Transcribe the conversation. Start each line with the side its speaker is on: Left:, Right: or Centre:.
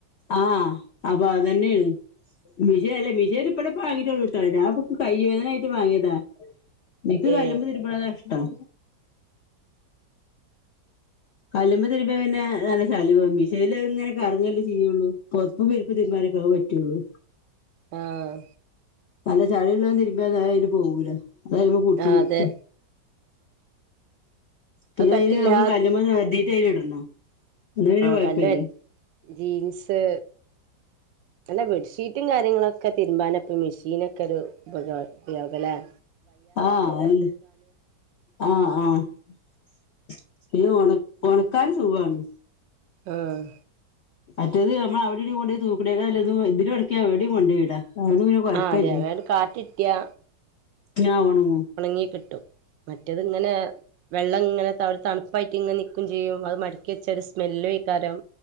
Left: ആഹ് അപ്പ അതന്നെയാണ്. മിഷേ അല്ലേ മിഷേൻ ഇപ്പടെ വാങ്ങിട്ടോള്ളൂട്ടോ ഞാപ്പം കൈയേദന ആയിട്ട് വാങ്ങിയതാ. നിക്ക്
Right: ഏ
Left: കല്ലുമ്പേ തിരുമ്പണതാ ഇഷ്ടം കല്ലുമ്മേ തിരുമ്പ പിന്നെ നല്ല ചളി പോ മിശൽ ഇങ്ങനെ കറങ്ങല്ലേ ചെയ്യുള്ളൂ. പൊതപ്പും വിര്പ്പും തിരുമ്പാനൊക്കെ അഹ് പറ്റുള്ളൂ.
Right: ആഹ്
Left: നല്ല ചളിയുള്ളത് തിരുമ്പ അഹ് അതിന് പോകൂല അതയ്മ പുടിച്ച്
Right: ആഹ്
Left: നിക്കും.
Right: അതെ
Left: പിന്നെ
Right: അത് കട്ടില്ലാ
Left: അതില് നമ്മള് കല്ല്മ്മ ഇങ്ങനെ ഒര്തീട്ട് അതിൽ ഇടണം. എന്നാ പിന്നെ
Right: ആഹ്
Left: കൊഴപ്പല്ല
Right: കല്ല ജീൻസ്. അല്ല ബെഡ്ഷീറ്റും കാര്യങ്ങളും ഒക്കെ തിരുമ്പാനപ്പൊ മെഷീനൊക്കെ ഒരു അത <unintelligible> കലേ-
Left: ആഹ് അല്ല്. ആഹ് ആഹ് ഒണക് ഒണക്കാന് സുഖാണ്
Right: ആഹ്
Left: മറ്റത് ഞമ്മളവിടെടിം കൊണ്ടോയ് തൂക്ക്ണേലെ നല്ലത് ഇതിലൊണക്യാ എവിടിം കൊണ്ടെയ്ടാ അതോണ്ട് പിന്നെ കൊയപ്പല്യ
Right: ആഹ് അതെ അങ്ങട് കാറ്റിട്ടിയാ
Left: ഞ്ഞ <unintelligible>
Right: ഒണങ്ങി കിട്ടും മറ്റേത്ങ്ങനെ വെള്ളം ഇങ്ങനെ ഒരു തണുപ്പായിട്ട് നിക്കും ചെയ്യും അത് മടക്കി വെച്ച ഒരു സ്മെല്ലുവയിക്കാരം